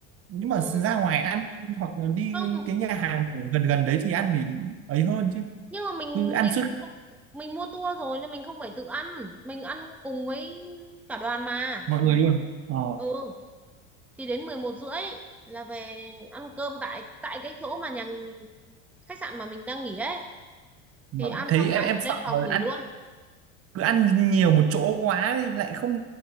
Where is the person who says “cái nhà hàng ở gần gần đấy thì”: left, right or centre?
Right